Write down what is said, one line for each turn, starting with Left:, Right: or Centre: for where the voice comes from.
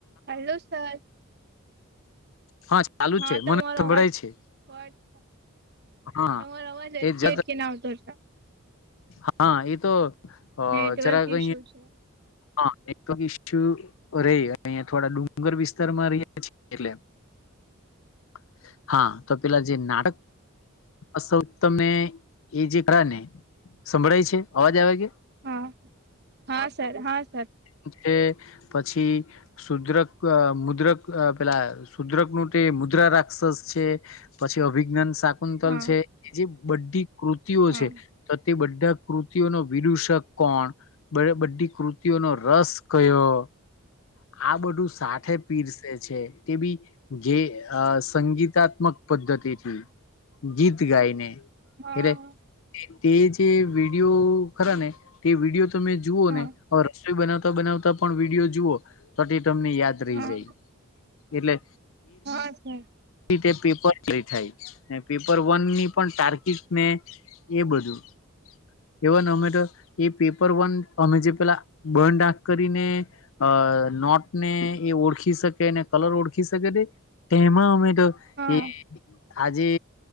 Right: હાલો સર
Left: હા ચાલુ
Right: હા
Left: જ છે
Right: તમારો
Left: મને સંભળાય
Right: અવાજ
Left: છે
Right: કટ
Left: હા
Right: તમારો અવાજ અટકી
Left: એ જ
Right: અટકી ને આવતો છે
Left: હા એ તો અ
Right: નેટવર્ક
Left: જરાક <inaudible>
Right: ઇસ્યુ છે
Left: હા <inaudible> રેય <unintelligible> થોડા ડુંગર વિસ્તારમાં રહ્યે છીએ એટલે <inaudible> હા તો પેલા જે નાટક <inaudible> સંભળાય છે અવાજ આવે કે
Right: હા હા સર હા સર
Left: <inaudible> એ પછી સુદ્રક મુદ્રક અ પેલા સુદ્રક નું તે મુદ્ર રાક્ષસ છે પછી અભિજ્ઞન શાકુંતલ
Right: હા
Left: છે એ જે બધી કૃતિઓ
Right: હા
Left: છે
Right: હા
Left: તો બધા કૃતિઓ નો વિદુષક કોણ બધી કૃતિઓનો રસ કયો આ બધું સાથે પીરસે છે તે ભી જે અ સંગીતા મક પદ્ધતિથી ગીત ગાઈને
Right: હા
Left: એટલે તે જે વિડીયો ખરા ને તે વિડીયો તમે જુઓ
Right: હા
Left: ને ઓર બનાવતા બનાવતા પણ વિડીયો જુઓ તો તે તમને યાદ રઈ
Right: હા
Left: જાય એટલે
Right: હા સર
Left: તે પેપર <inaudible> થાય ને પેપર વન ની પણ તાર્કિક ને એ બધું એવા ને અમે તો એ પેપર વન અમે જે પેલા બધ આખ કરીને અ અ નોટ ને એ ઓળખી શકે અને કલર ઓળખી શકે તે તેમાં અમે તો
Right: હા
Left: એ આજે